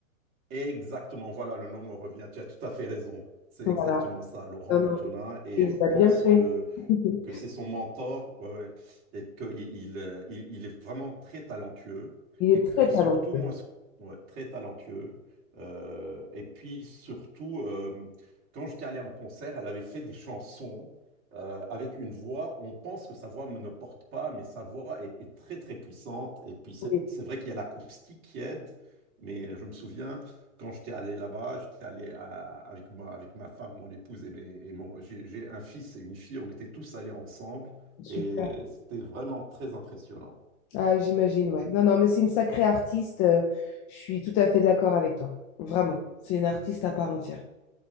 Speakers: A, on the right; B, on the left.
A: Exactement, voilà, le nom me revient. Tu as tout à fait raison. C'est
B: Voilà.
A: exactement ça, Laurent
B: Non,
A: Boutonnat.
B: non.
A: Et
B: il
A: je
B: a
A: pense
B: bien fait.
A: que,
B: <laughs>
A: que c'est son mentor ouais, ouais, et qu'il il, il, euh, il- il est vraiment très talentueux.
B: Il est
A: Et puis
B: très talentueux.
A: surtout, moi, ce- ouais, très talentueux. Euh, et puis surtout, euh, quand j'étais allé en concert, elle avait fait des chansons euh, avec une voix. On pense que sa voix ne porte pas, mais sa voix est, est très, très puissante. Et puis c'est
B: Oui,
A: c'est vrai qu'il y a l'acoustique qui aide, mais je me souviens. Quand j'étais allé là-bas, j'étais allé à- avec, moi, avec ma femme, mon épouse et, mes- et mon, j'ai j'ai un fils et une fille. On était tous allés ensemble
B: super.
A: et c'était vraiment très impressionnant.
B: Ah, j'imagine, ouais. Non, non, mais c'est une sacrée artiste. euh, Je suis tout à fait d'accord avec toi. Vraiment. C'est une artiste à part entière.